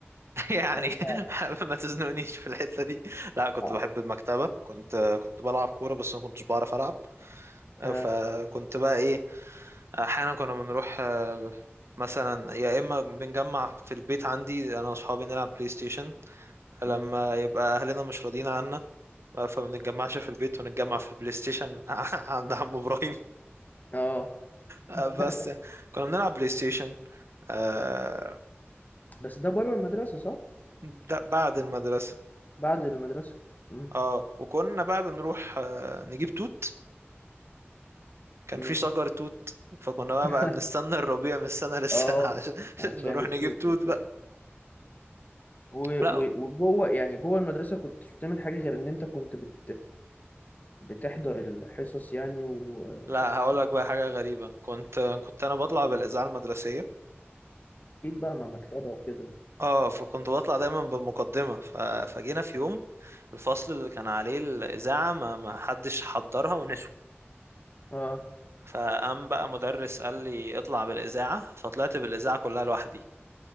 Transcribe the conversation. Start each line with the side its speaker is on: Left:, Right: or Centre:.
Right: <laughs> يعني
Left: عايز اعرف
Right: ما تزنقنيش في الحتة دي لا كنت
Left: اه
Right: بحب المكتبة كنت كنت بلعب كورة بس ما كنتش بعرف ألعب
Left: اه
Right: فكنت بقى إيه أحيانا كنا بنروح آه، مثلا يا إما بنجمع في البيت عندي أنا وأصحابي نلعب بلاي ستيشن لما
Left: مم.
Right: يبقى أهلنا مش راضيين عنا فما بنتجمعش في البيت ونتجمع في البلاي ستيشن <laughs> عند عم إبراهيم
Left: آه.
Right: آه،
Left: <laughs>
Right: بس كنا بنلعب بلاي ستيشن آه،
Left: بس ده بره المدرسة صح
Right: ده بعد المدرسة
Left: بعد المدرسة مم.
Right: اه وكنا بقى بنروح آه، نجيب توت كان
Left: مم.
Right: في شجر توت فكنا بقى
Left: <laughs>
Right: بقى بنستنى الربيع من السنة للسنة
Left: اه
Right: <laughs> عشان
Left: عشان
Right: نروح
Left: التوت
Right: نجيب توت
Left: وبتاع.
Right: بقى
Left: و-
Right: لا
Left: و- وجوه يعني جوه المدرسة كنت بتعمل حاجة غير ان انت كنت بت بتحضر الحصص يعني واكيد
Right: لا هقول لك بقى حاجة غريبة كنت كنت انا بطلع بالإذاعة المدرسية
Left: بقى مع مكتبة وكده
Right: اه فكنت بطلع دايما بالمقدمة ف... فجينا في يوم الفصل اللي كان عليه الإذاعة ما ما حدش حضرها ونسوا
Left: اه
Right: فقام بقى مدرس قال لي اطلع بالإذاعة فطلعت بالإذاعة كلها لوحدي